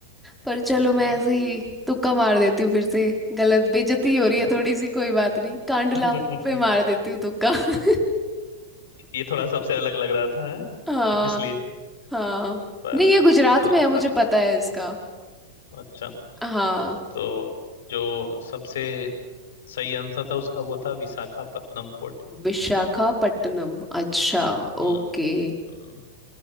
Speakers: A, in the centre; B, on the left.
A: पर चलो मैं
B: हम्म,
A: ऐसे ही तुक्का मार देती हूँ फिर से गलत बेइज्जती हो रही
B: हम्म।
A: है थोड़ी सी कोई बात नहीं कांडला
B: <laughs>
A: पे मार देती हूँ तुक्का <laughs>
B: ये थोड़ा सबसे अलग लग रहा था है?
A: हाँ
B: इसलिए
A: हाँ
B: पर
A: नहीं ये गुजरात
B: हाँ
A: में है मुझे
B: पर
A: पता है इसका
B: अच्छा
A: हाँ
B: तो जो सबसे सही आंसर था उसका वो था विशाखापत्तनम पोर्ट
A: विशाखापट्टनम अच्छा
B: हम्म
A: ओके
B: हम्म,